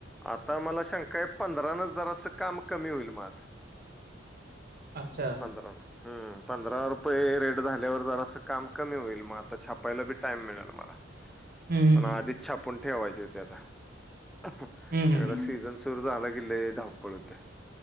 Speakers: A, in the centre; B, on the right (about 55°).
A: आता मला शंकाय पंधरा हजाराचं काम कमी होईल माझं
B: अच्छा
A: ब रा ना हम पंधरा रुपये रेट झाल्यावर जर असं काम कमी होईल मग आता छापायला बी टाइम मिळेल मला
B: <inaudible>
A: मण
B: हं.
A: आद इच्छा पण ठेवायची होती आता
B: हं, हं,
A: एकदा
B: हं.
A: सीझन सुरू झाला गे धावपळ होत्या